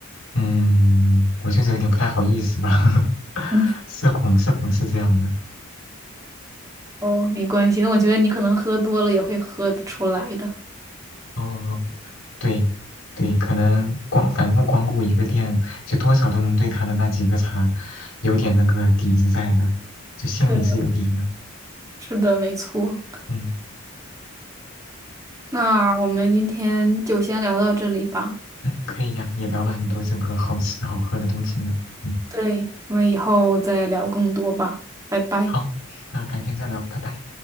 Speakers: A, on the left; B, on the right.
A: 嗯，我就是有点不太好意思吧。<laughs>
B: 嗯，
A: 社恐，社恐是这样的。
B: <laughs> 哦，没关系，那我觉得你可能喝多了也会喝得出来的。
A: 哦，对，对，可能光反复光顾一个店，就多少都能对他的那几个茶有点那个底子在的，就心里是有底的。
B: 对，是的，没错。
A: 嗯。
B: 那我们今天就先聊到这里吧。
A: 嗯，可以呀，也聊了很多这个好吃好喝的东西呢。嗯，
B: 对，我们以后再聊更多吧，拜拜。
A: 好，那改天再聊，拜拜。